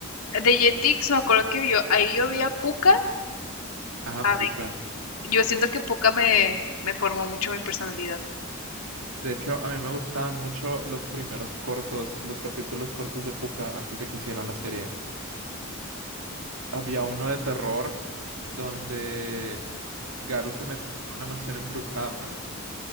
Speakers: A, on the left; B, on the right.
A: de Jetix, me acuerdo que yo, ahí yo veía a Puka.
B: Ah,
A: A ver,
B: Pucca.
A: yo siento que Puka me, me formó mucho mi personalidad.
B: De hecho, a mí me gustaban mucho los primeros cortos, los capítulos cortos de Pucca antes de que hicieran la serie. Había uno de terror donde Garu se metió en una mansión embrujada